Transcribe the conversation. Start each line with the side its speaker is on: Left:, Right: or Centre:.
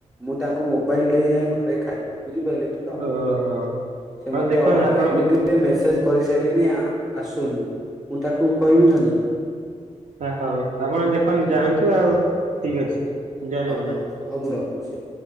Centre: ମୁଁ ତାଙ୍କୁ ମୋବାଇଲ୍ ଦେଇଁ ଯାଇଁ ଘରେ ଖାଇବି। ବୁଝିପାଇଲେ ତ
Right: ଓହୋ
Centre: ସେ
Right: ହଉ
Centre: ମତେ
Right: ଦେଖନ୍ତୁ
Centre: ଅ
Right: ଆପଣଙ୍କୁ
Centre: ଏମିତି ଏ ମେସେଜ୍ କରିସାଇଲଣିି ଆ ଆସୁନୁ ମୁଁ ତାକୁ କହିବି ନାଁ ନାଇଁ?
Right: ଆ ହଉ ଆପଣ ଦେଖନ୍ତୁ
Centre: ବୁଝିଲ
Right: ଯାଆନ୍ତୁ ଆଉ ଠିକ୍ ଅଛି। ଜୟ
Centre: ହଉ
Right: ଜଗନ୍ନା
Centre: ହଉ ହଉ ମୁଁ ରଖୁଛି ଆଉ।